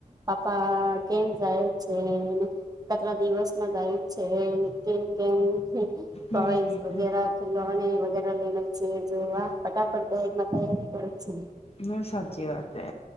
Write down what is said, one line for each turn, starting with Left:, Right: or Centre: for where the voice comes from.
Right: પાપા કેમ જાય છે ને. <unintelligible> દિવસમાં જાય. છે કેમ <unintelligible>
Left: હમ
Right: વગેરા <unintelligible> <unintelligible> લઈએ છે જેવા ફટાફટ બેગમાં તૈયારી કરે છે.
Left: બઉ સાચી વાત એ